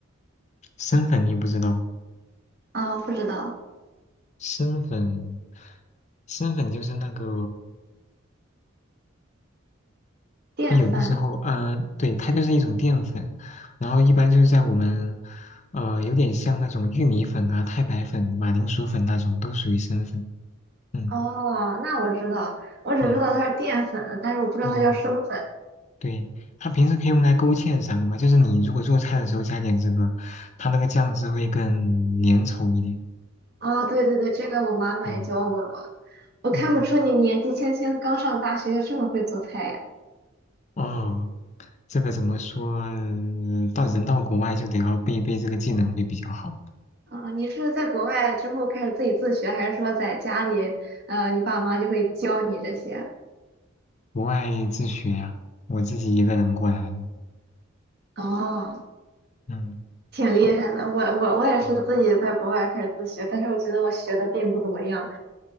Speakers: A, on the left; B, on the right.
A: 生粉你不知道，
B: 哦，不知道。
A: 生粉，生粉就是那个，
B: 淀粉。
A: 就有的时候，嗯，对，它就是一种淀粉，然后一般就是在我们，呃，有点像那种玉米粉啊、太白粉、马铃薯粉那种，都属于生粉。嗯，
B: 哦，那我知道，我只知道它是淀粉，
A: 对，
B: 但是我不知道它叫生粉。
A: 哦，对，它平时可以用来勾芡啥的嘛，就是你如果做菜的时候加点这个，它那个酱汁会更粘稠一点。
B: 哦，对对对，这个我妈妈也教过我。
A: 嗯。
B: 我看不出你年纪轻轻刚上大学就这么会做菜呀。
A: 哦，哦，这个怎么说？呃到人到国外就得要背一背这个技能会比较好。
B: 啊，你是在国外之后开始自己自学，还是说在家里，呃，你爸妈就会教你这些？
A: 国外自学呀、我自己一个人过来的。
B: 哦，
A: 嗯
B: 挺厉害的。我我我也是自己在国外开始自学，
A: 嗯，
B: 但是我觉得我学的并不怎么样。